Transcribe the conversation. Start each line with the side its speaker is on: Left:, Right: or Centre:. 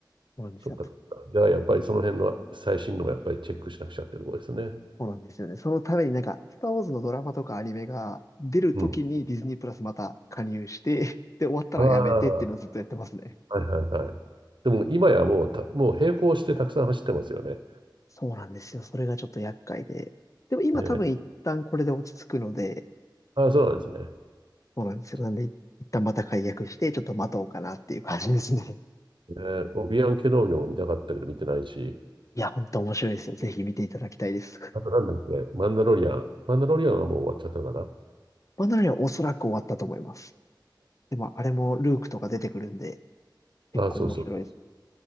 Left: そうなんですよ。
Right: そっかそっか。
Left: あと
Right: じゃあやっぱりその辺の最新のがやっぱりチェックしなくちゃっていうところですね。
Left: そうなんですよね。そのためになんか、スター・ウォーズのドラマとかアニメが出るときにディズニープラスまた加入して、
Right: うん。
Left: <laughs> で、終わったらやめてっていうのをずっとやってますね。
Right: ああ、はいはいはい。でも今やもうた、もう並行してたくさん走ってますよね。
Left: そうなんですよ。それがちょっと厄介で。でも今多分一旦これで落ち着くので、
Right: ね。ああ、そうなんですね。
Left: そうなんですよ。
Right: そ
Left: なんで一旦また解約して、ちょっと待とうかなっていう感じですね。
Right: うね、オビアンケ農業も見たかったけど見てないし、
Left: <laughs> いや、本当面白いですよ。ぜひ見ていただきたいです。<laughs>
Right: あとなんだっけ、マンダロリアン。マンダロリアンはもう終わっちゃったのか
Left: まあ、なのにおそらく終わったと思います。でも、あれもルークとか出てくるんで、結構面白いです。
Right: な。あ、あそうそうそうそ